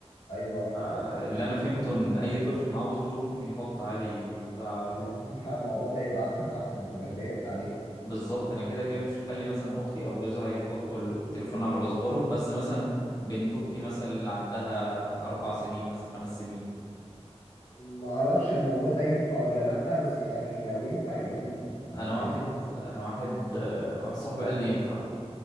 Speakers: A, on the left (about 80°); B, on the left (about 35°).
A: ايوه
B: اللي انا فهمته ان اي طفل معاه باسبور ممكن يحط عادي بتاع
A: لو ينفع الموضوع ده يبقى احسن واحسن ما تبقاش ضيقت عليه
B: بالظبط انا كده كده مش هخلي مثلا اختي او جوزها يحطوا التليفون على باسبورهم بس مثلا بنت اختي مثلا اللي عندها اربع سنين مثلا خمس سنين
A: ما اعرفش الموضوع ده ينفع ولا لا بس يعني لو ينفع يبقى ميزه أنا
B: انا
A: ما-
B: واحد
A: ما-
B: انا واحد آه، واحد صاحبي قال لي ينفع